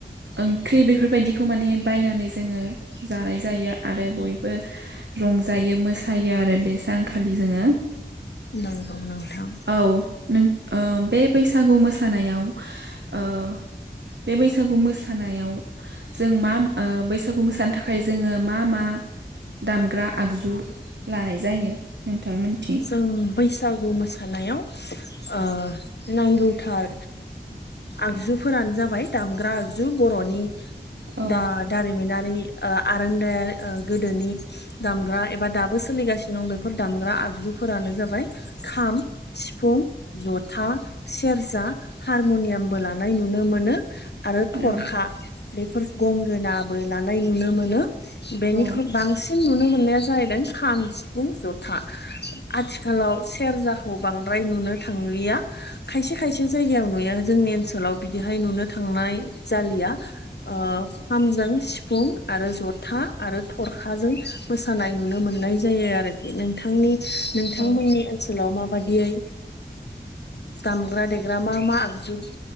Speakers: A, on the right (about 80°); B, on the left (about 70°).
A: ओंख्रि बेफोरबायदिखौ माने बायनानै जोङो जानाय जायो आरो बयबो रंजायो मोसायो आरो बे सानखालि जोङो
B: नंगौ नोंथां।
A: औ नों ओ बे बैसागु मोसानायाव ओ
B: <inaudible>
A: बे बैसागु मोसानायाव जों मा ओ बैसागु मोसानो थाखाय जोङो मा मा दामग्रा आगजु लानाय जायो नोंथांमोनथिं
B: जों बैसागु मोसानायाव ओ नांगौथार आगजुफोरानो जाबाय दामग्रा आगजु बर'नि
A: औ
B: दा दारिमिनारि ओ आरोंदाया ओ गोदोनि दामग्रा एबा दाबो सोलिगासिनो दं बेफोर दामग्रा आगजु फोरानो जाबाय खाम सिफुं जथा सेरजा हारम'नियामबो लानाय नुनो मोनो। आरो थरखा
A: औ
B: बेफोर गंगोनाबो लानाय नुनो मोनो। बेनिख्रुइ
A: औ
B: बांसिन नुनो मोननाया जाहैदों खाम सिफुं जथा। आथिखालाव सेरजाखौ बांद्राय नुनो थांलिया खायसे खायसे जायगायाव नुयो जोङो। जोंनि ओनसोलाव बिदिहाय नुनो थांनाय जालिया ओ खामजों सिफुं आरो। जथा आरो थरखाजों मोसानाय नुनो मोननाय जायो आरोखि नोंथांनि। नोंथांमोननि
A: औ
B: ओनसोलाव माबादियै। दामग्रा देग्रा मा मा आगजु